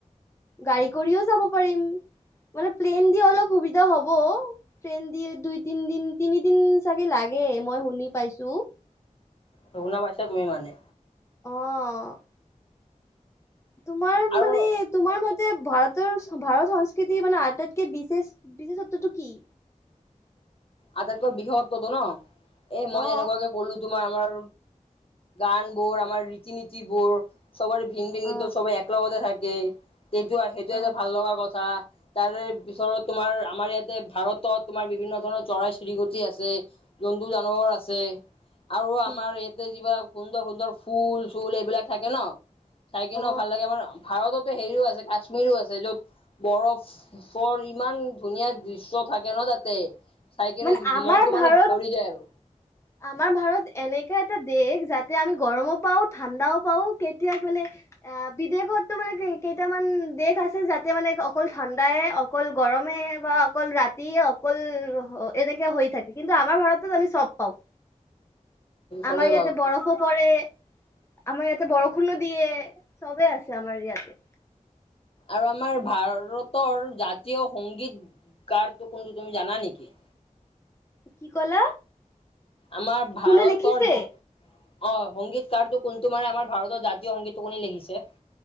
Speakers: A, on the left; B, on the left.
A: গাড়ী কৰিও যাব পাৰিম। মানে প্লেইন দি অলপ সুবিধা হ'ব ট্ৰেইন দি দুই, তিন দিন তিনিদিন চাগে লাগে মই শুনি পাইছো।
B: অ শুনা পাইছা তুমি মানে?
A: অঁ তোমাৰ
B: আৰু
A: মানে তোমাৰ মতে ভাৰতৰ ভাৰত সংস্কৃতিৰ মানে আটাইতকে বিশেষ বিশেষত্বটো কি?
B: আটাইতকৈ বৃহত্বটো ন এ মই
A: অ
B: যেনেকুৱাকে কলো তোমাৰ আমাৰ গান বোৰ আমাৰ ৰীতি নীতিবোৰ চবৰে ভিন ভিন কিন্তু
A: অ
B: চবেই একেলগতে থাকে সেইটো সেইটো
A: অ
B: এটা ভাল লগা কথা। তাৰে পিছত তোমাৰ আমাৰ ইয়াতে ভাৰতত তোমাৰ বিভিন্ন ধৰণৰ চৰাই চিৰিকটি আছে, জন্তু জানৱৰ আছে আৰু
A: ঠিক
B: আমাৰ ইয়াতে যিবিলাক সুন্দৰ সুন্দৰ ফুল চুল এইবিলাক থাকে ন? চাই কিনেও
A: অ'।
B: ভাল লাগে। আমাৰ ভাৰতত হেৰিও আছে কাশ্মীৰো আছে য'ত বৰফ ফৰ ইমান ধুনীয়া দৃশ্য থাকে ন তাতে। চাইকেনে
A: মানে আমাৰ
B: মনটো মানে
A: ভাৰত
B: ভৰি যায় আৰু।
A: আমাৰ ভাৰত এনেকা এটা দেশ যাতে আমি গৰমো পাওঁ ঠাণ্ডাও পাওঁ কেতিয়া মানে অ বিদেশতো মানে কেইটামান দেশ আছে, যাতে মানে অকল ঠাণ্ডাই অকল গৰমে বা অকল ৰাতিয়ে অকল অ এনেকে হৈ থাকে। কিন্তু আমাৰ ভাৰতত আমি চব পাওঁ।
B: চৰে
A: আমাৰ ইয়াতে
B: বাও
A: বৰফো পৰে। আমাৰ ইয়াতে বৰষুণো দিয়ে চবেই আছে আমাৰ ইয়াত।
B: আৰু আমাৰ ভাৰতৰ জাতীয় সংগীত কাৰটো কোন কোন জানা নেকি?
A: কি ক'লা?
B: আমাৰ ভাৰতৰ
A: কোনে লিখিছে
B: অ', সংগীতকাৰো কোন তোমাৰ আমাৰ ভাৰতৰ জাতীয় সংগীতটো কোনে লিখিছে?